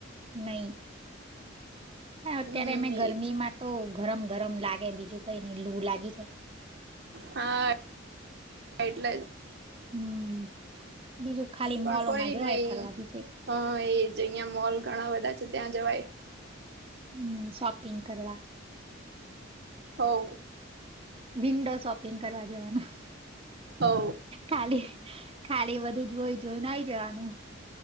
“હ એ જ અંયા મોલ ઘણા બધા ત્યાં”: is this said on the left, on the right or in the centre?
Right